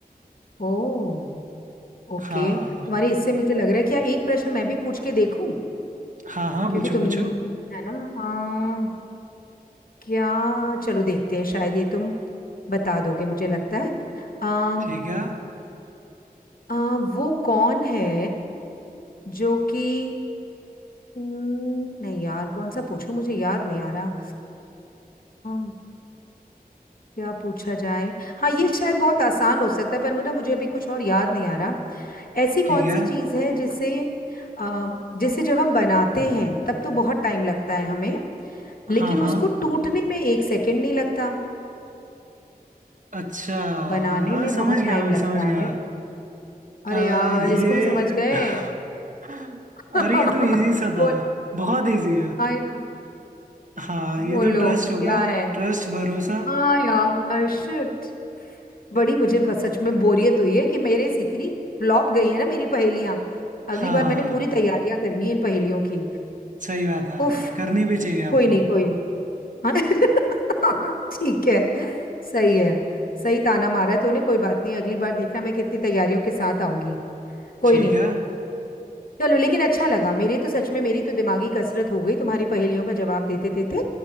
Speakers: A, on the left; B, on the right.
A: ओ ओके
B: हाँ
A: तुम्हारे इससे मुझे लग रहा है कि यार एक प्रश्न मैं भी पूछ के देखूं
B: हाँ हाँ
A: क्योंकि
B: पूछो
A: तुम
B: पूछो
A: है ना हाँ। क्या चलो देखते हैं शायद ये तुम बता दोगे मुझे लगता है आ,
B: ठीक है
A: आ, वो कौन है जो कि हम्म, नहीं यार कौन सा पूछूं मुझे याद नहीं आ रहा आ, क्या पूछा जाए हाँ ये शायद बहुत आसान हो सकता है पर मुझे मुझे अभी कुछ और याद नहीं आ रहा ऐसी कौन
B: ठीक
A: सी
B: है
A: चीज़ है जिसे आ, जिसे जब हम बनाते हैं तब तो बहुत टाइम लगता है हमें
B: हाँ
A: लेकिन
B: हाँ
A: उसको टूटने में एक सेकंड नहीं लगता
B: अच्छा हाँ,
A: बनाने में
B: समझ
A: बहुत
B: गया
A: टाइम
B: मैं
A: लगता
B: समझ गया
A: है अरे
B: आ,
A: यार
B: ये
A: इसको भी समझ गए
B: <laughs>
A: <laughs>
B: अरे ये तो इजी सा था
A: बोल
B: बहुत इजी है
A: I know
B: हाँ ये
A: बोलो
B: तो ट्रस्ट
A: क्या
B: होगा
A: है
B: ट्रस्ट भरोसा
A: हाँ यार शिट बड़ी मुझे बस सच में बोरियत हुई है कि मेरे से इतनी फ्लॉप गई है ना मेरी पहेलियां
B: हाँ
A: अगली बार मैंने पूरी तैयारियां करनी है इन पहेलियों की
B: सही बात है
A: उफ
B: करनी भी चाहिए
A: कोई
B: आपको
A: नहीं कोई नहीं हाँ, <laughs> ठीक है सही है सही ताना मारा है तूने कोई बात नहीं अगली बार देखना मैं कितनी तैयारियों के साथ आऊंगी कोई
B: ठीक
A: नहीं
B: है
A: चलो लेकिन अच्छा लगा मेरे तो सच में मेरी तो दिमागी कसरत हो गई तुम्हारी पहेलियों का जवाब देते देते